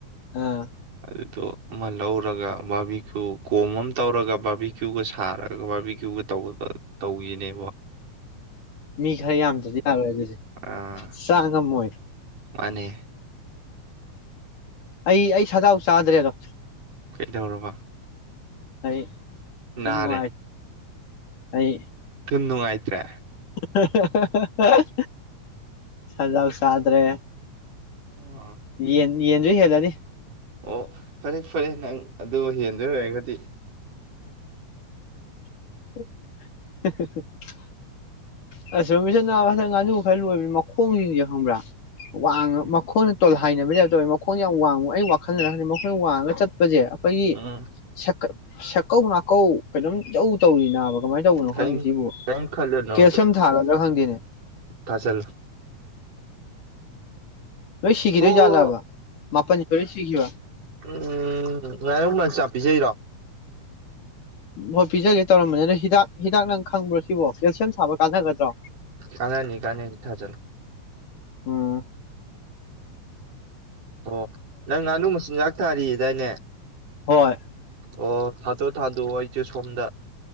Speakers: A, on the left; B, on the right.
A: ꯑꯥ
B: ꯑꯗꯨꯗꯣ ꯑꯃ ꯂꯧꯔꯒ ꯕꯥꯥꯕꯤꯈ ꯀꯣꯝ ꯑꯃ ꯇꯧꯔꯒ ꯕꯥꯥꯕꯤꯈꯌꯨꯒ ꯁꯥꯔꯒ ꯕꯥꯕꯤ ꯀꯨꯕ ꯇꯧꯕ ꯇꯧꯁꯤꯅꯦꯕ
A: ꯃꯤ ꯈꯔ ꯌꯥꯝꯗꯗꯤ ꯌꯥꯔꯣꯏꯕꯁꯤ
B: ꯑꯥ
A: ꯆꯥꯅꯦꯅꯣ ꯃꯣꯏ
B: ꯃꯥꯅꯦ
A: ꯑꯩ ꯑꯩ ꯁꯥꯖꯥꯎ ꯆꯥꯗ꯭ꯔꯦꯗ
B: ꯀꯩꯗꯧꯔꯕ
A: ꯑꯩ ꯁꯨꯝ
B: ꯅꯥꯔꯦ
A: ꯅꯨꯡꯉꯥꯏ ꯑꯩ
B: ꯁꯨꯝ ꯅꯨꯡꯉꯥꯏꯇ꯭ꯔꯦ
A: ꯍꯍꯍ ꯍꯍꯍ ꯁꯖꯥꯎ ꯁꯥꯗ꯭ꯔꯦ
B: ꯑꯣ
A: ꯌꯦꯟ ꯌꯦꯟꯁꯨ ꯍꯦꯜꯂꯅꯤ
B: ꯑꯣ ꯐꯔꯦ ꯐꯔꯦ ꯅꯪ ꯑꯗꯨ ꯍꯦꯟꯗꯣꯏ ꯑꯣꯏꯔꯒꯗꯤ
A: ꯍꯍꯍ ꯑꯁ ꯔꯣꯕꯤꯟꯁꯟ ꯅꯥꯕ ꯍꯟꯗꯛ ꯉꯥꯅꯨ ꯈꯔ ꯂꯣꯏꯕꯅꯤ ꯃꯈꯣꯡꯖꯤꯡꯖꯦ ꯈꯪꯕ꯭ꯔꯥ ꯋꯥꯡꯉ
B: ꯎꯝ
A: ꯃꯈꯣꯡꯅ ꯇꯣꯜꯍ ꯍꯥꯏꯅꯕꯩ ꯇꯥꯏꯞ ꯇꯧꯋꯦ ꯃꯈꯣꯟꯁꯦ ꯌꯥꯝ ꯋꯥꯡꯉꯨ ꯑꯩ ꯋꯥꯈꯜꯅꯔ ꯈꯪꯗꯦ ꯃꯈꯣꯡꯅ ꯋꯥꯡꯒ ꯆꯠꯄꯁꯦ ꯑꯈꯣꯏꯒꯤ
B: ꯎꯝ
A: ꯁꯦꯛꯀ ꯁꯛꯀꯧ ꯅꯥꯀꯧ ꯀꯩꯅꯣꯝ ꯏꯇꯧ ꯇꯧꯔꯤ ꯅꯥꯕ ꯀꯃꯥꯏ ꯇꯧꯕꯅꯣ
B: ꯀꯔꯤꯝ
A: ꯈꯪꯗꯦ ꯁꯤꯕꯨ
B: ꯀꯔꯤꯝ ꯈꯜꯂꯨꯅꯣ
A: ꯀꯦꯁ
B: ꯑꯗꯨ
A: ꯁꯝ ꯊꯥꯔꯗ꯭ꯔ ꯈꯪꯗꯦꯅꯦ꯫
B: ꯊꯥꯖꯜꯂꯣ
A: ꯂꯣꯏ ꯁꯤꯈꯤꯗꯣꯏ
B: ꯍꯣ
A: ꯖꯥꯠꯂꯕ
B: ꯎꯝ
A: ꯃꯥꯄꯟ ꯂꯣꯏ ꯁꯤꯈꯤꯕ
B: <inaudible> ꯉꯥꯅꯨ ꯃꯆꯥ ꯄꯤꯖꯩꯔꯣ
A: ꯍꯣꯏ ꯄꯤꯖꯒꯦ ꯇꯧꯔꯝꯕꯅꯦ ꯑꯗꯣ ꯍꯤꯗꯥꯛ ꯍꯤꯗꯥꯛ ꯅꯪ ꯈꯪꯕ꯭ꯔꯣ ꯁꯤꯕꯣ ꯀꯦꯜꯁꯤꯌꯝ ꯁꯥꯕ ꯀꯥꯟꯅꯒꯗ꯭ꯔꯣ?
B: ꯀꯥꯟꯅꯅꯤ ꯀꯥꯟꯅꯅꯤ ꯊꯥꯖꯜꯂꯨ
A: ꯑꯣ꯫
B: ꯑꯣ ꯅꯪ ꯉꯥꯅꯨ ꯃꯆꯤꯟꯖꯥꯛ ꯅꯥꯔꯤꯗꯥꯏꯅꯦ?
A: ꯍꯣꯏ
B: ꯑꯣ ꯊꯥꯗꯣꯛꯑꯣ ꯊꯥꯗꯣꯛꯑꯣ ꯑꯩꯁꯨ ꯁꯣꯝꯗ